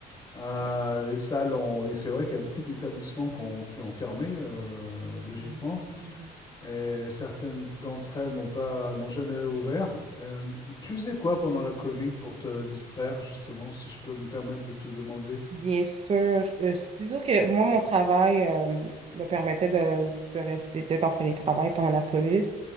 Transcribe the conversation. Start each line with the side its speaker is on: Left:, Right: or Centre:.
Left: euh,
Right: Ouais.
Left: les salles ont... et C'est vrai qu'il y a beaucoup d'établissements qui ont, qui ont fermé, euh, logiquement.
Right: Mm. Mhm.
Left: et certaines d'entre elles n'ont pas, n'ont jamais réouvert. Euh, tu faisais quoi pendant la Covid pour te distraire, justement, si je peux me permettre de te demander?
Right: Bien sûr. Euh, je te dis juste que moi, mon travail euh, me permettait de, de rester, d'être en télétravail pendant la COVID.